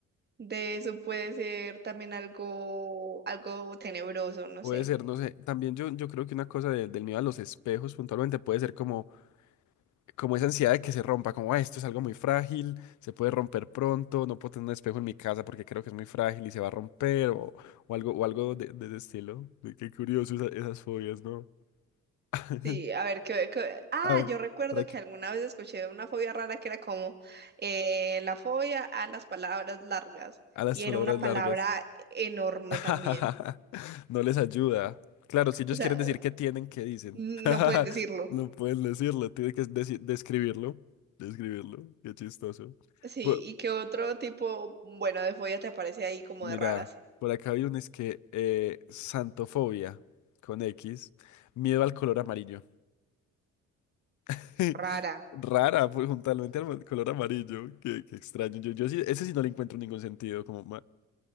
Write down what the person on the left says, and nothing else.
puede
ser, no sé. También yo, yo creo que una cosa de- del miedo a los espejos puntualmente puede ser como como esa ansiedad de que se rompa, como "Ah, esto es algo muy frágil, se puede romper pronto, no puedo tener un espejo en mi casa porque creo que es muy frágil y se va a romper o, o algo, o algo de, de ese estilo. De- Qué curioso esa- esas fobias, ¿no? <laughs>
A ver,
¿para qué?
A las
palabras
largas.
<laughs>
No les ayuda. Claro, si ellos
quieren decir qué tienen, ¿qué dicen?
No pueden decirlo, tienen que deci- describirlo. Describirlo, qué chistoso.
Bu-
Mira,
por acá hay un es que eh, Santofobia con X, miedo al color amarillo. <laughs>
Rara, pues, juntamente al ma- color amarillo, qué, qué extraño. Yo, yo sí, ese sí no le encuentro ningún sentido, como ma-